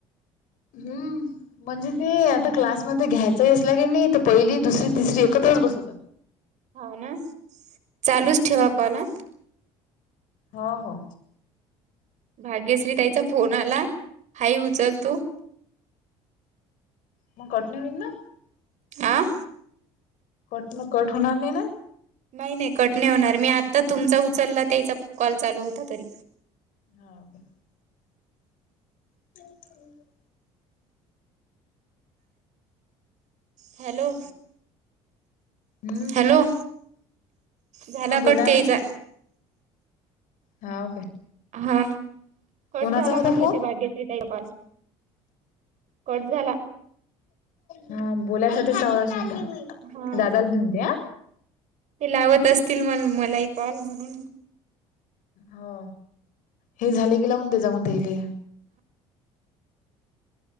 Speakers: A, on the left (about 70°); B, on the right (about 60°).
A: हम्म. म्हणजे ते आता क्लासमध्ये घ्यायचाही असला की नाही ते पहिली, दुसरी, तिसरी एकत्रच बसवतात.
B: हो ना चालूच ठेवा
A: हो
B: कॉल हा.
A: हो हो.
B: भाग्यश्री ताईचा फोन आला हाय उचल तू.
A: म कट नाय होईन ना.
B: आं
A: कट न कट होणार नाही ना?
B: नाही नाही कट नाही होणार मी आत्ता तुमचा उचलला त्याचा कॉल चालू होता तरी.
A: हाव काय? <inaudible>
B: हॅलो!
A: हम्म.
B: हॅलो झाला
A: बोला
B: कट तेयचा.
A: ना. हाव काय.
B: हा, कट
A: कोणाचा
B: झाला
A: होता
B: म्हटलं
A: फोन?
B: त्या बागे. <unintelligible> कट झाला.
A: हा बोलासाठी <unintelligible>
B: हा
A: दादाला दिद दे हा.
B: ते लावत असतील म मला ही कॉल म्हणून
A: हो हे झाले की लावून दे जाऊन तेले.